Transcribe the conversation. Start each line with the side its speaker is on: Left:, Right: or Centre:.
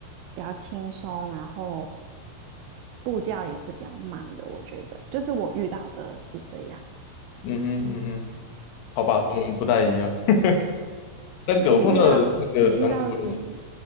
Right: 比较轻松，然后步调也是比较慢的，我觉得，就是我遇到的是这样，
Left: 嗯哼，嗯哼，好吧，
Right: 对对，
Left: 跟我们不太一样。<laughs> 那个我碰到的那个韩国人，
Right: 你遇到你遇到的是怎么？